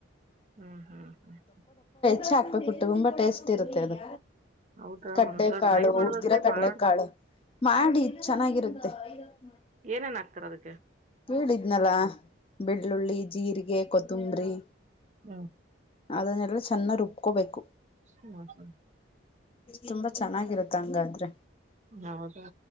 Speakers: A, on the right; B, on the left.
A: ಹ್ಮ್ ಹ್ಮ್ ಹ್ಮ್ ಹ್ಮ
B: ಚ್ ಹಾಕ್ಬೇಕುಟ್ಟು ತುಂಬ ಟೇಸ್ಟ್ ಇರುತ್ತೆ ಅದು
A: ಹೌದಾ
B: ಕಡ್ಲೆಕಾಳು
A: ಒಂದ್ಸಲ ಟ್ರೈ
B: ಹುರಿದಿರೋ
A: ಮಾಡ್ಬೇಕ್ರಿ
B: ಕಡ್ಲೆಕಾಳು
A: ಮಾಡ್
B: ಮಾಡಿ ಚೆನ್ನಾಗಿರುತ್ತೆ <unintelligible>
A: ಏನೇನ್ ಆಗ್ತೀರಾ ಅದಕ್ಕೆ
B: ಕಿದ್ನಲ್ಲ ಬೆಳ್ಳಳ್ಳುಳ್ಳಿ ಜೀರಿಗೆ ಕೊತ್ತಂಬರಿಿ
A: ಹ್ಮ್
B: ಅದನ್ನೆಲ್ಲ ಚೆನ್ನ ರುಬ್ಕೋಬೇಕು
A: ಹ್ಮ ಹ
B: ತುಂಬಾ ಚೆನ್ನಾಗಿರುತ್ತ ಹಂಗಾದ್ರೆ
A: ಹ್ಮ್ ಹೌದಾ